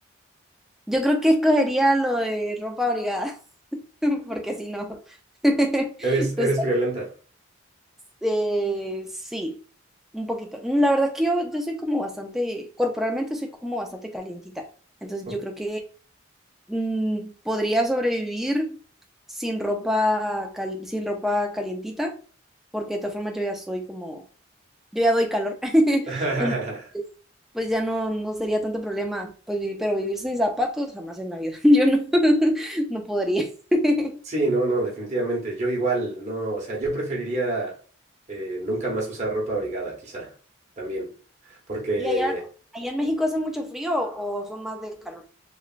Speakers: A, in the centre; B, on the right (about 35°).
A: Yo creo que escogería lo de ropa abrigada, <laughs> porque si no, <laughs>
B: Eres,
A: usas,
B: eres friolenta.
A: eh, sí, un poquito. La verdad es que yo, yo soy como bastante, corporalmente soy como bastante calientita. Entonces
B: Ok.
A: yo creo que mm, podría sobrevivir sin ropa, cal- sin ropa calientita, porque de todas formas yo ya soy como, yo ya doy calor. <laughs>
B: <laughs>
A: Entonces, pues ya no, no sería tanto problema, pues vivir, pero vivir sin zapatos jamás en la vida. <laughs> Yo no, <laughs> no podría. <laughs>
B: Sí, no, no, definitivamente. Yo igual, no, o sea, yo preferiría eh, nunca más usar ropa abrigada, quizá, también, porque
A: ¿Y allá, allá en México hace mucho frío o son más de calor?